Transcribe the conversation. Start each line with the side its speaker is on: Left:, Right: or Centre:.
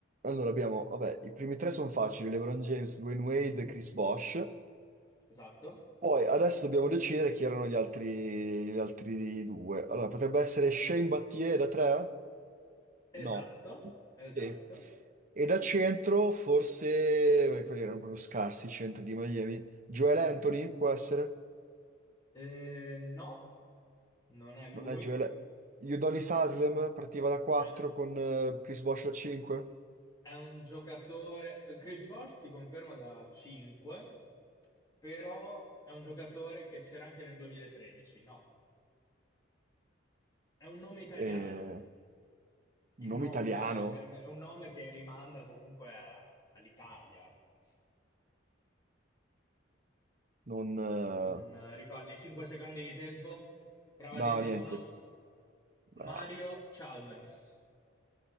Right: Allora abbiamo, vabbè, i primi tre sono facili, LeBron James, Dwayne Wade, Chris Bosh.
Left: Esatto,
Right: Poi adesso dobbiamo decidere chi erano gli altri, gli altri due. Allora, potrebbe essere Shane Battier da tre?
Left: esatto,
Right: No.
Left: esatto.
Right: Sì. E da centro forse, perché quelli erano proprio scarsi i centri di Miami. Joel Anthony può essere?
Left: Eh, no, non è lui.
Right: Non è Joel... Udonis Haslem partiva da 4
Left: Eh,
Right: con eh, Chris Bosh da 5.
Left: È un giocatore. Chris Bosh ti confermo da 5, però è un giocatore che c'era anche nel 2013. No, è un nome italiano.
Right: Eh, nome
Left: Il nome
Right: italiano,
Left: eh, per- è un nome che rimanda comunque a- all'Italia. ecco.
Right: non... eh,
Left: Non eh, ricordi? 5 secondi di tempo? Prova
Right: No,
Left: a dirne
Right: niente.
Left: uno. Mario
Right: Ah.
Left: Chalmers.